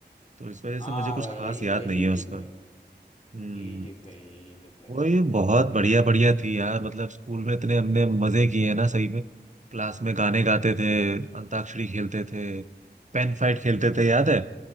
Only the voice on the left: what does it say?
हाँ
भाई
यही
यही
टिप
है
यही टिप है यही टिप है